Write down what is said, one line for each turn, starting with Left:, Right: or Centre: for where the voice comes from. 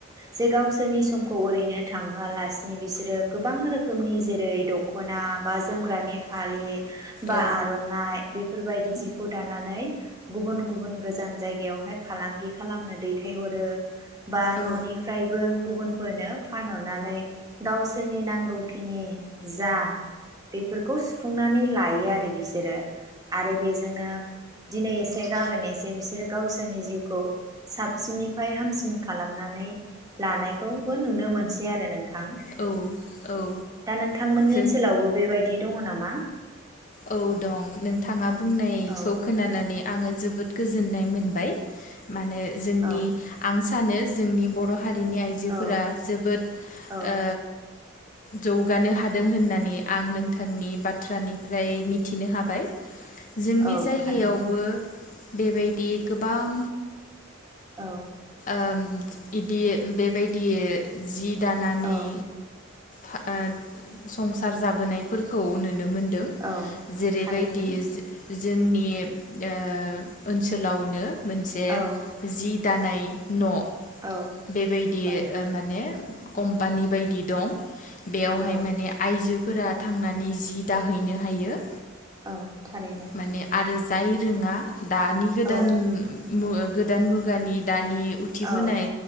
Right: जे गावसोरनि समखौ ओरैनो थाङोआलासिनो बिसोरो गोबां रोखोमनि जेरै द खना बा जोमग्रानि फालि बा
Left: औ
Right: आर'नाइ बेफोरबायदि जिखौ दानानै गुबुन गुबुन गोजान जायगायावहाय फालांगि खालामनो दैथायहरो बा
Left: औ
Right: न'निफ्रायबो गुबुनफोरनो फानहरनानै गावसोरनि नांगौखिनि जा बेफोर स नानै लायो आरो बिसोरो आरो बेजोंनो दिनै एसे गाबोन एसे बिसोरो गावसोरनि जिउखौ साबसिननिफ्राय हामसिन खालामनानै लानायखौबो नुनो मोनस बे आरो नों थां
Left: औ औ
Right: दा नोंथांमोननि
Left: जों
Right: ओनसोलावबो बेबाय बि दङ नाम मा?
Left: औ दं नोंथाङा बुंनायखौ
Right: औ
Left: खोनानानै आङो जोबोद गोजोननाय मोनबाय मानो जोंनि
Right: औ
Left: आं सानो जोंनि बर' हारिनि आइजोफोरा
Right: औ
Left: जोबोद
Right: औ
Left: ओ जौगानो हादों होननानै आं नोंथांनि बाथ्रानि ओमफ्राय मिथिनो हाबाय। जोंनि
Right: औ
Left: जायगायावबो
Right: थारैनो
Left: बेबायदि गोबां
Right: औ।
Left: ओम इदि बेबायदि इ जि दानानै
Right: औ
Left: हो ओ संसार जाबोनायफोरखौ नुनो नुनो मोनदों
Right: औ
Left: जेरैबायदि
Right: थारैनो
Left: जि जोंनि ओ ओनसोलावनो मोनसे
Right: औ
Left: जि दानाय न'
Right: औ
Left: बेबायदि
Right: औ
Left: ओ माने कम्पानि बायदि दं। बेयावहाय
Right: औ
Left: माने आइजोफो फोरा थांनानै जि दाहैनो हायो।
Right: औ थारैनो।
Left: माने आरो जाय रोङा दानि गोदान
Right: औ
Left: मु आ गोद गोदान मुगानि दान नि उथिबोनाय
Right: औ